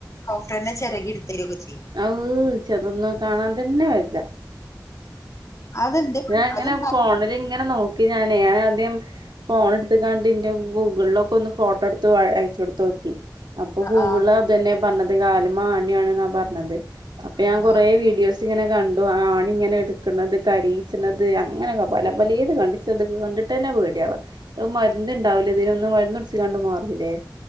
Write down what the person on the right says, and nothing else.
അഊ ഇച്ചതൊന്നും കാണാൻ തന്നെ വെജ
ഞാ അങ്ങനെ
ഫോണില്ങ്ങനെ നോക്കി ഞാനെ ഞാനത് ദ്യം ഫോണ് ട്ത്ത്ക്കാണ്ട് ഇന്റെ ഗൂഗിൾലൊക്കൊന്ന് ഫോട്ടട്ത്ത് വഴ അയച്ചോട്തോക്കി. അപ്പൊ ഗൂഗിൾള്
അതെന്നെ പർഞ്ഞത് കാലിമ്മേ ആണ്യാണ്ന്നാ പർഞ്ഞത്. അപ്പൊ ഞാൻ
കൊറേ വീഡിയോസ് ങ്ങനെ കണ്ടു ആണി ങ്ങനെ എട് ക്ക്ണത് കരീച്ച്ണത് അങ്ങനെക്കെ പല പലേത് കണ്ട് ഇച്ചതൊക്കെ കണ്ടിട്ടെന്നെ പേട്യാവ അത് മര് ന്ന്ണ്ടാവൂലെ ഇതിനൊന്നും മര്ന്നുട്ച്ച്കാണ്ട് മാറൂല്ലേ?